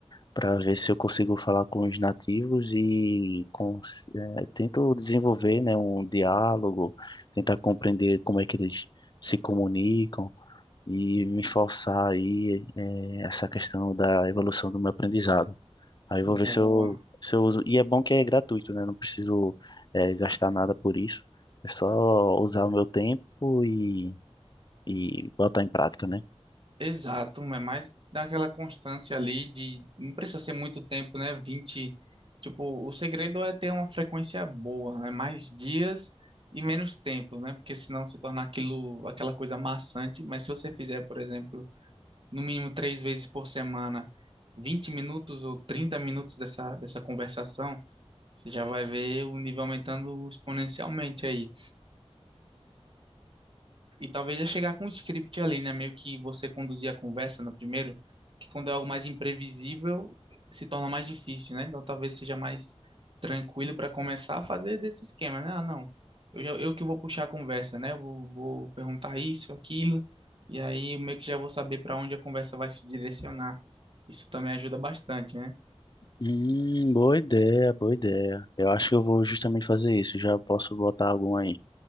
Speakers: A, on the left; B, on the right.
A: para ver se eu consigo falar com os nativos e cons- eh, tento desenvolver, né, um diálogo, tentar compreender como é que eles se comunicam e me forçar aí eh, essa questão da evolução do meu aprendizado. Aí eu
B: boa.
A: vou ver se eu, se eu uso. E é bom que é gratuito, né? Não preciso eh, gastar nada por isso. É só usar o meu tempo e, e botar em prática, né?
B: Exato, é mais daquela constância ali de não precisa ser muito tempo, né? vinte tipo, o segredo é ter uma frequência boa, né? Mais dias e menos tempo, né? Porque senão se torna aquilo, aquela coisa maçante, mas se você fizer, por exemplo, no mínimo três vezes por semana, 20 minutos ou 30 minutos dessa, dessa conversação, você já vai ver o nível aumentando exponencialmente aí. E talvez já chegar com um script ali, né? Meio que você conduzir a conversa no primeiro, que quando é algo mais imprevisível, se torna mais difícil, né? Então talvez seja mais tranquilo para começar a fazer desse esquema, né? Ah, não, eu, já- eu que vou puxar a conversa, né? Eu vou, vou perguntar isso, aquilo, e aí eu meio que já vou saber para onde a conversa vai se direcionar. Isso também ajuda bastante, né?
A: Hum, boa ideia, boa ideia. Eu acho que eu vou justamente fazer isso. Já posso botar algumas